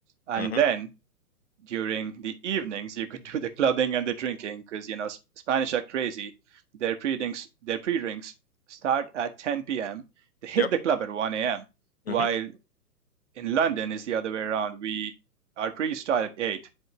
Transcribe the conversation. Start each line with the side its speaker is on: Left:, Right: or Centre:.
Right: And
Left: Mm-hmm.
Right: then during the evenings, you could <laughs> do the clubbing and the drinking because, you know, S- Spanish are crazy. Their pre-drinks, their pre-drinks start at 10 p.m. They hit
Left: Yep.
Right: the club at 1 a.m. While
Left: Mm-hmm.
Right: in London is the other way around. We, our pre start at 8